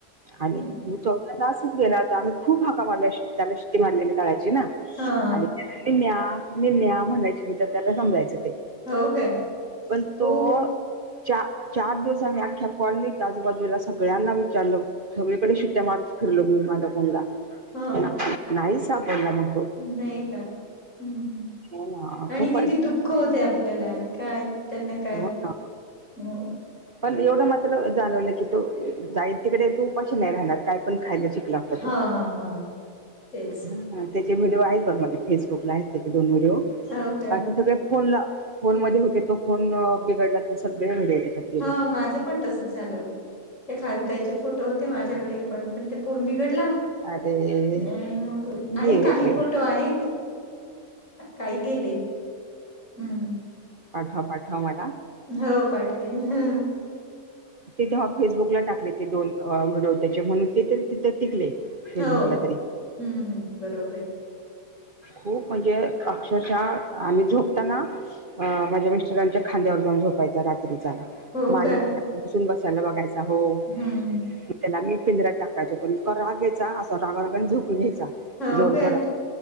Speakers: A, on the right; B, on the left.
A: आणि
B: हा
A: चो त आसच गेला आता आम्ही खूप हाका मारल्या त्याला शिटी मारलेली कळायची ना
B: हा.
A: आणि निन्या निन्या म्हणायची मी तर त्याला समजायचं ते
B: हो काय
A: पण तो
B: हो
A: चा चार दिवस आम्ही अख्या कॉलनीत आजूबाजूला सगळ्यांना विचारलं सगळीकडे शिट्या मारत फिरलो मी माझा मुलगा
B: हा.
A: ना- नाही सापडला मग तो
B: नाही का हम्म
A: हो ना
B: आणि
A: खूप
B: किती
A: वाईट
B: दुःख होते आपल्याला काय त्यांना काय
A: हो ना
B: मग
A: पण एवढं मात्र जाणवलं की तो जाईल तिकडे तो उपाशी नाही राहणार काय पण खायला शिक ला होता
B: हा
A: तो.
B: हा हा तेच
A: <unintelligible> त्याचे व्हिडिओ आहेत बघ माझे फेसबुकला आहेत त्याचे दोन व्हिडिओ.
B: हो काय
A: बाकी सगळे फोनला फोन मध्ये होते तो फोन बिघडला तो सगळे व्हिडिओ त्याच्यात गेले.
B: हा माझं पण तसच झालं ते खारुताईचे फोटो होते माझ्याकडे पण पण ते फोन बिघडला
A: अरे
B: आणि मग आहे
A: गेले
B: काही फोटो आहेत. कय गले हम्म
A: पाठव पाठव मला
B: हो पाठवे ना.
A: तेिथे फेसबुकला टाकले ते दोन व्हिडिओ त्याचे म्हणून ते तिथे टिकले फेसबुकला
B: हो
A: तरी.
B: हम्म हम्म बरोबर आहे
A: खूप म्हणजे अक्षरशः आणि झोपताना अ माझ्या मिस्टरांच्या खांद्यावर जाऊन झोपायचा रात्रीचा.
B: हो
A: माने
B: काय
A: मध्ये घुसून बसायला बघायचा. राहो.
B: हम्म हम्म
A: त्याला मी पिंज्या टाकायच त. इतका राग यायचं. असा रागा रगाने झोके घ्यायचा. जोर
B: हो काय
A: जोर